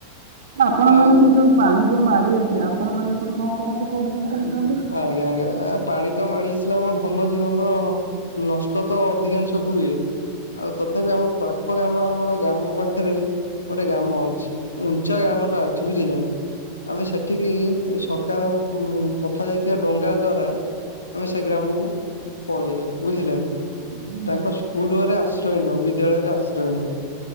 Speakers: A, on the right; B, on the left.
A: ଆପଣ
B: ଆଉ
A: ମାନେ ସେ ଯୋଉ ପାଣି ଯୋଉ ମାଡି ଆସେ ଆପଣ ମାନେ ପୁଣି କଣ କରନ୍ତି କୋଉଠି କେମିତି <unintelligible>
B: ଆଜ୍ଞା ଆଜ୍ଞା ପାଣି ତ ମାଡି ଆସିଲା ଆମ ଧନ ଜୀବନ ନଷ୍ଟ ତ ଅଧିକାଂଶ ହୁଏ। ଆଉ ତଥାପି ଆମ ପାଖ ଗାମ ଆମର ଗ୍ରାମ ପାଖରେ ଗୋଟେ ଗ୍ରାମ ଅଛି ଉଞ୍ଚା ଗ୍ରାମ ଟା ଅଛି ବୁଝିଲେ ନା। ଆମେ ସେଠିକି ସର୍କାର୍ ଉ ପଠାଯାଇଥିବା ଡଙ୍ଗା ଦ୍ଵାରା ଆମେ ସେ ଗ୍ରାମକୁ ପଳେଇ ଯାଉ ବୁଝିଲେ ନା।
A: ହୁଁ
B: ତାଙ୍କ ସ୍କୁଲଘରେ ଆଶ୍ରୟ ନଉ ବିଦ୍ୟାଳୟରେ ଆଶ୍ରୟ ନଉ।